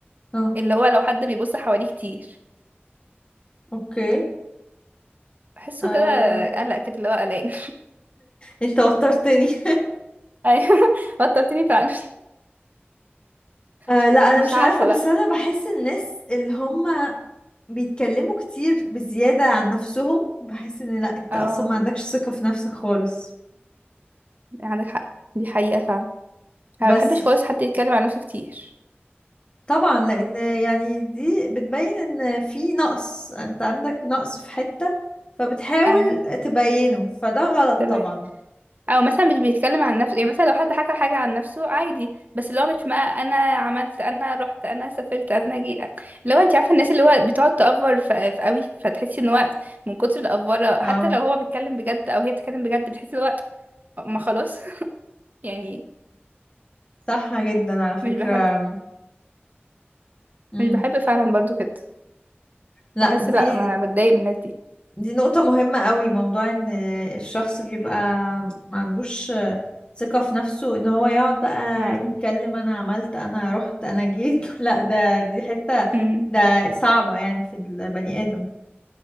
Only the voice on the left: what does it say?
اه
اوكي
أه
انت وترتني
<laughs> أه
لا انا
مش
عارفة بس
انا بحس الناس اللي هم بيتكلموا كتير بزيادة عن نفسهم بحس ان لا انت
اصلا ما عندكش ثقة في نفسك خالص
بس
طبعا لان يعني دي بتبين ان في نقص انت عندك نقص في حتة فبتحاول
تبينه فده غلط
طبعا
اه
صح جدا على فكرة
مم.
لا
دي
دي نقطة مهمة قوي موضوع ان الشخص بيبقى ما عندوش ثقة في نفسه ان هو يقعد بقى
يتكلم انا عملت انا رحت انا جيت <laughs> لا ده دي حتة
ده صعبة يعني في البني آدم